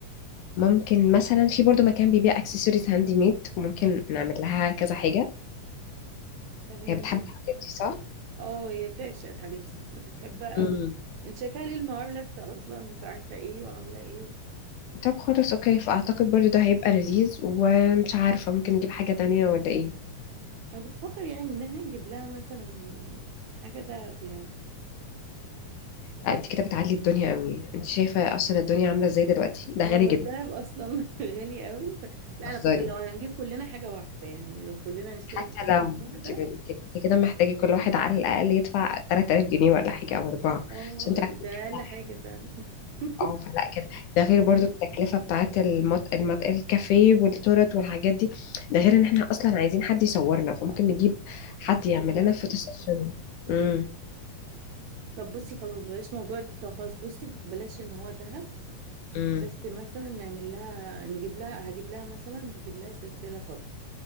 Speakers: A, on the left (about 75°); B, on the right (about 70°).
A: ممكن مثلا في برضو مكان بيبيع اكسسوارز هاندي ميد وممكن نعمل لها كذا حاجة
B: تمام
A: هي بتحب الحاجات دي صح؟
B: اه هي بتعشق حبيبتي بتحبها
A: امم
B: قوي انت شايفاها ليل نهار لابسة اصلا مش عارفة ايه وعاملة ايه
A: طب خلاص اوكي فاعتقد برضو ده هيبقى لذيذ ومش عارفة ممكن نجيب حاجة تانية ولا ايه
B: انا كنت بفكر يعني ان احنا نجيب لها مثلا حاجه دهب يعني
A: لا انت كده بتعلي الدنيا قوي انت شايفة اصلا الدنيا عاملة ازاي دلوقتي ده
B: اه
A: غالي
B: <laughs> هو
A: جدا
B: الدهب اصلا <laughs> غالي قوي ف... لا
A: هزاري
B: انا كنت لو هنجيب كلنا حاجه واحده يعني لو كلنا نشترك
A: حتى
B: نجيب
A: لو
B: حاجه واحده
A: انت انت انت كده محتاجة كل واحد على الأقل يدفع 3000 جنيه ولا حاجة أو أربعة
B: اه
A: عشان تعرفي
B: ده
A: تجيبي
B: اقل
A: لها
B: حاجه
A: حاجة.
B: فعلا <laughs>
A: اه فلا كده ده غير برضو التكلفة بتاعت المط... المط... الكافيه والتورت والحاجات دي ده غير ان احنا أصلا عايزين حد يصورنا فممكن نجيب حد يعمل
B: فكرة
A: لنا فوتو سيشن
B: مم.
A: امم
B: طب بصي خلاص بلاش موضوع التلتة خلاص بصي بلاش ان هو دهب
A: امم
B: بس مثلا نعمل لها نجيب لها هجيب لها مثلا هجيب لها سلسله فضه